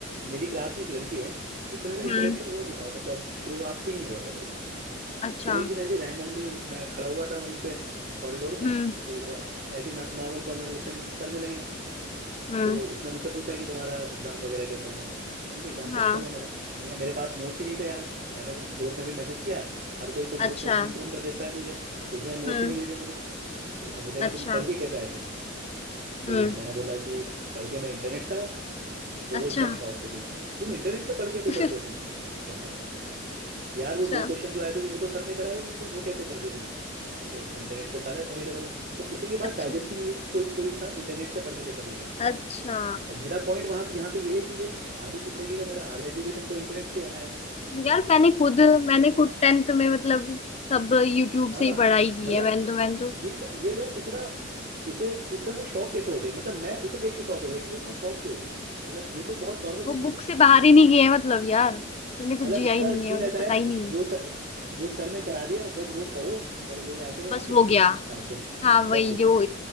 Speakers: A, on the right (about 45°); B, on the left (about 30°).
A: मेरी क्लास में एक लड़की है उससे मेरा इंटरेक्शन
B: हम्म
A: हुआ नहीं था मतलब शुरुआत से ही नहीं हुआ था कभी
B: अच्छा
A: फिर एक दिन ऐसे रैंडमली मैं खड़ा हुआ था वहीं पे कॉरिडोर में
B: हम्म
A: तो वो ऐसी नॉर्मल कॉन्वर्सेशन करने लगे हम
B: हम्म
A: तो उसने मुझसे पूछा कि तुम्हारा एग्ज़ाम वगैरह कैसा हुआ मैंने कहा एग्ज़ाम तो
B: हाँ
A: अच्छा हुआ मेरा मैंने कहा मेरे पास नोट्स ही नहीं थे यार मैंने तो ग्रुप में भी मैसेज किया हर कोई तो ग्रुप
B: अच्छा
A: में सीन ऑन कर देता है मुझे किसी ने नोट्स
B: हम्म
A: ही नहीं भेजे मुझे तो उसने पूछा कि
B: अच्छा
A: तुम पढ़ के कैसे आए फिर तो
B: हम्म
A: मैंने बोला कि पढ़ के मैं इंटरनेट से आया तो
B: अच्छा
A: वो एकदम शॉक हो गई कि तुम इंटरनेट से पढ़ के पेपर
B: <laughs>
A: दिया तुमने मैंने कहा हाँ कि यार
B: अच्छा
A: वो दो क्वेश्चन जो आए थे वो तो सर ने कराए ही नहीं थे वो कैसे कर दिए तुमने मैंने कहा इंटरनेट पे सारे अवेलेबल है तो उसे ये बात
B: अच्छा
A: डाइजेस्ट ही नहीं हुई कि कोई कोई इंसान इंटरनेट से पढ़ के पेपर दे सकता
B: अच्छा
A: है और मेरा पॉइंट वहां पे यहाँ पे ये है कि मेरी आधी जिंदगी का मेरा आधा एजुकेशन तो इंटरनेट से आया है
B: यार मैंने खुद मैंने खुद टेंथ में मतलब सब यूट्यूब
A: हाँ
B: से ही पढ़ाई की
A: मतलब
B: है मैंने तो मैंने तो
A: ये ल- ये लोग इतना इसे इतना वो शौक कैसे हो गए मतलब मैं उसे देख के शौक हो गया कि ये इतना शौक क्यों हो गई मतलब ये तो बहुत नॉर्मल
B: वो
A: सी चीज
B: बुक
A: है
B: से बाहर ही नहीं गए हैं मतलब यार उन्हें कुछ
A: मतलब
B: जिया
A: उसका
B: ही नहीं
A: एक सीन
B: है उन्हें
A: ऐसा है
B: पता ही नहीं
A: जो
B: है
A: सर जो सर ने करा दिया बस वो पढ़ो और वही आके
B: बस
A: लिख
B: हो गया
A: दो छाप दो
B: हाँ वही
A: बस हो
B: जो
A: गया